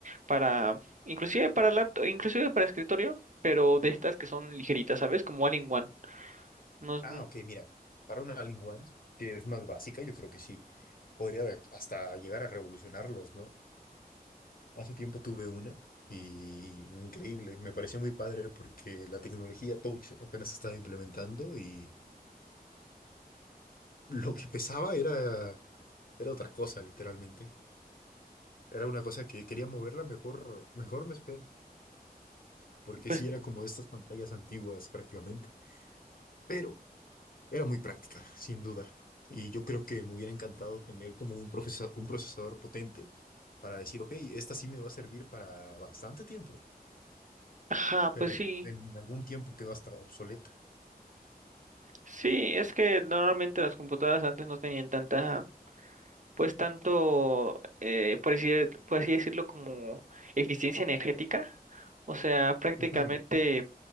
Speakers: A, on the right; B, on the left.
A: para, inclusive para laptop, inclusive para escritorio, pero de estas que son ligeritas, ¿sabes? Como All-in-One. No, es-
B: Ah, ok, mira, para una lingua que es más básica, yo creo que sí, podría de- hasta llegar a revolucionarlos, ¿no? Hace tiempo tuve una y increíble, me pareció muy padre porque la tecnología Touch apenas se estaba implementando y lo que pesaba era, era otra cosa, literalmente. Era una cosa que quería moverla, mejor, mejor me espero, porque
A: pues,
B: sí era como de estas pantallas antiguas prácticamente, pero Era muy práctica, sin duda. Y yo creo que me hubiera encantado tener como un profesa- un procesador potente para decir, ok, esta sí me va a servir para bastante tiempo,
A: ajá, pues
B: pero
A: Sí.
B: en
A: sí.
B: algún tiempo quedó hasta obsoleta.
A: Sí, es que normalmente las computadoras antes no tenían tanta, pues tanto, eh, por decir por así decirlo, como eficiencia energética. O sea, prácticamente
B: Ujú.